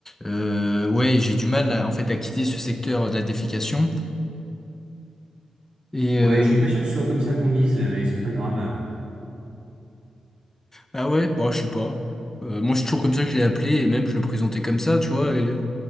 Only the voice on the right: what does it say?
Ouais,
je suis pas sûr que ce soit comme ça qu'on dise, mais c'est pas grave.